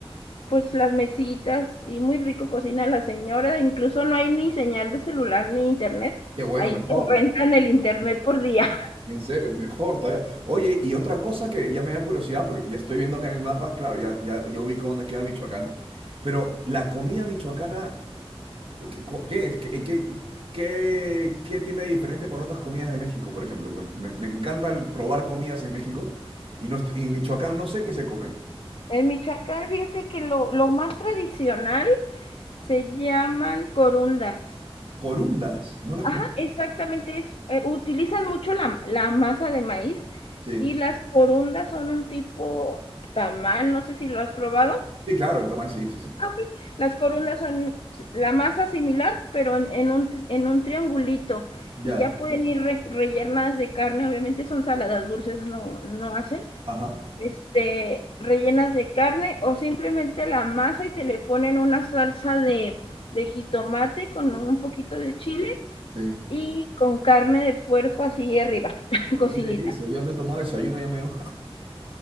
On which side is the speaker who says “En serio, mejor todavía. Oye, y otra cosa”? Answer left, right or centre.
Right